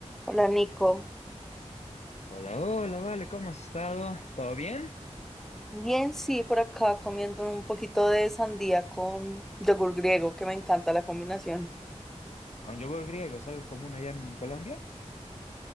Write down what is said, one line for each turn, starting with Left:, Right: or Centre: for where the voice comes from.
Centre: Hola Nico.
Left: Hola, hola, vale, ¿cómo has estado? ¿Todo bien?
Centre: Bien, sí, por acá comiendo un poquito de sandía con yogur griego, que me encanta la combinación.
Left: Con yogur griego, ¿es algo común allá en Colombia?